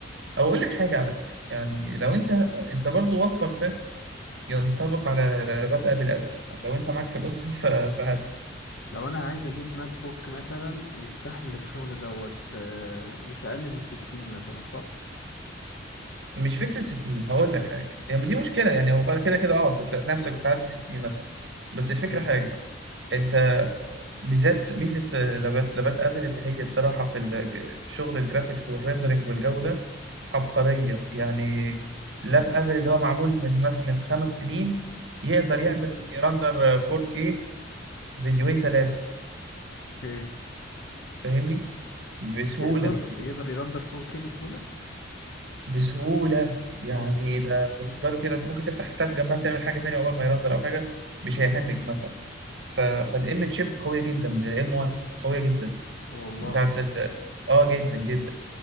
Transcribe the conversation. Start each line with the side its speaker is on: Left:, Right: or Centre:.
Right: او اقول لك حاجه على فكره يعني لو انت انت برضو وصفك ده ينطبق على لابات ابل قوي يعني لو انت معاك في الاسره <laughs>
Left: لو انا عايز اجيب ماك بوك مثلا يستحمل الشغل دوت آه، مش اقل من 60 مثلا صح
Right: مش فكرة 60 هقول لك حاجة يعني دي مشكلة يعني هو كده كده اه أنت تلاقي نفسك بتعدي 60 مثلا بس
Left: اوكي
Right: الفكرة حاجة انت ميزات ميزة آه، لابات لابات ابل ان هي بصراحة في الج- شغل الجرافيكس والريندرنج والجو ده عبقرية يعني لاب ابل اللي هو معمول من مس... من خمس سنين يقدر يعمل يرندر 4K فيديوهين ثلاثة
Left: اوكي
Right: فاهمني بسهولة
Left: يقدر يقدر يرندر 4K بسهولة
Right: بسهولة
Left: امم
Right: يعني ده بالنسبة له كده انت ممكن تفتح تاب جنبها تعمل حاجة تانية اول ما يرندر او حاجة مش هيهنج مثلا ف... فالام تشيب قوية جدا من الام 1 قوية جدا
Left: والله
Right: بتاعت ال اه جدا جدا